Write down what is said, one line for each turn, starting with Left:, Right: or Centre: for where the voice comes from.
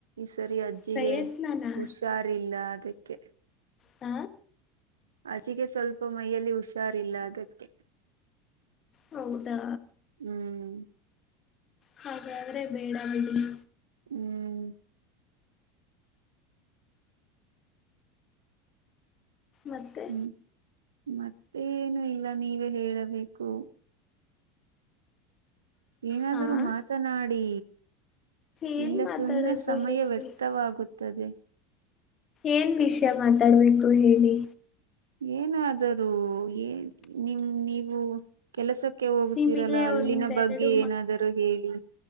Right: ಸರಿ ಅಜ್ಜಿಗೆ
Left: ಪ್ರಯತ್ನನಾ
Right: ಹುಷಾರಿಲ್ಲ ಅದಕ್ಕೆ
Left: ಆ
Right: ಆಚೆಗೆ ಸ್ವಲ್ಪ ಮೈಯಲ್ಲಿ ಹುಷಾರಿಲ್ಲ ಅದಕ್ಕೆ
Left: ಹೌದಾ
Right: ಹ್ಮ್
Left: ಹಾಗಾದ್ರೆ ಬೇಡ ಬಿಡಿ.
Right: ಹ್ಮ್
Left: ಮತ್ತೆ
Right: ಹ್ಮ್- ಮತ್ತೇನು ಇಲ್ಲ ನೀವೇ ಹೇಳಬೇಕು. ಏನಾದ್ರೂ
Left: ಹಾ
Right: ಮಾತನಾಡಿ
Left: ಏನ್
Right: ಇಲ್ಲ
Left: ಮಾತಾಡೋದು
Right: ಸುಮ್ಮನೆ ಸಮಯ
Left: ಹೇಳಿ
Right: ವ್ಯರ್ಥವಾಗುತ್ತದೆ
Left: ಏನ್ ವಿಷಯ ಮಾತಾಡ್ಬೇಕು ಹೇಳಿ
Right: ಏನಾದರೂ ಏ ನಿಮ್ ನೀವು ಕೆಲಸಕ್ಕೆ ಅಕ್ಕೆ ಹೋಗ್ತಿೀರಲ್ಲ
Left: ನಿಮಗೆ
Right: ಅಲ್ಲಿನ
Left: ಒಂದೆರಡು
Right: ಬಗ್ಗೆ ಏನಾದರೂ ಹೇಳಿ